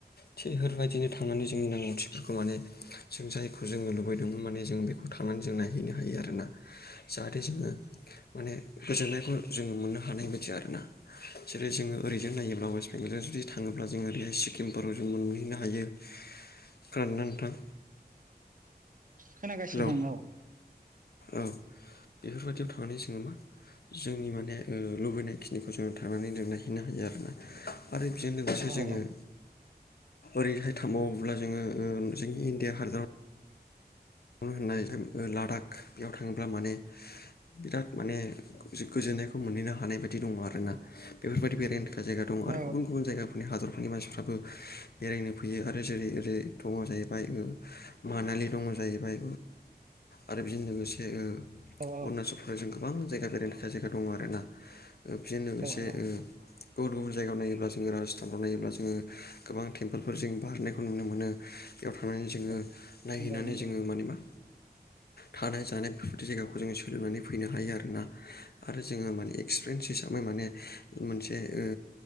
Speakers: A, on the left; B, on the right.
A: थि होरबायदिनो थांनानै जोंनि नांगौथिफोरखौ माने जों जायखौ जोङो लुबैदोंमोन माने जों बेखौ ओ थांनानै जों नायहैनो हायो आरो ना। जाहाथे जोङो माने गोजोननायखौ जोङो मोननो हानाय बायदि आरो ना। जेरै जोङो ओरै जाय नायोब्ला अ'एस बेंगलजों जुदि थाङोब्ला जोङो ओरैहाय सिकिमफोराव जों मोनहैनो हायो। खोनादों ना नोथां?
B: खोनागासिनो
A: हेलौ
B: दं, औ।
A: औ बेफोरबायदियाव थांनानै सोङो मा जोंनि माने ओ लुबैनाय खिनिखौ जों थांनानै जों नायहैैनो हायो आरो ना। आरो बेजों लोगोसे जोङो।
B: औ
A: ओरैहाय थांबावोब्ला जोङो ओ जोंनि इण्डिया हादराव नों होननाय जों ओ लादाख बेयाव थाङोब्ला माने बिराद माने जो गोजोननायखौ मोनहैनो हानाय बायदि दङ आरोना। बेफोरबायदि बेरेन ओ जायगा दङ। आरो
B: औ
A: गुबुन गुबुन जायगा फोरनि हादरफोरनि मानसिफ्राबो बेरायनो फैयो आरो जेरै ओरै दङ जाहैबाय मानालि दङ जाहैबाय आरो बिजों लोगोसे ओ
B: औ औ
A: अरुणाचल प्रदेशजों गोबां जायगा बेरायनो थाखाय जायगा दङ आर ना बेजों लोगोसे
B: औ औ
A: ओ गुबुन गुबुन जायगायाव नायोब्ला जोङो राजस्थानफ्राव नायोब्ला जोङो गोबां टेम्पोलफोर जों बारनायखौ नुनो मोनो बेयाव थांनानै जोङो नायहैनानै
B: नंगौ नंगौ
A: जोङो माने मा थानाय जानाय बेफोरदि जायगाखौ जोङो सोलोंनानै फैनो हायो आरोना आरो जोङो माने एक्सपिरियेन्स हिसाबै माने मोनसे ओ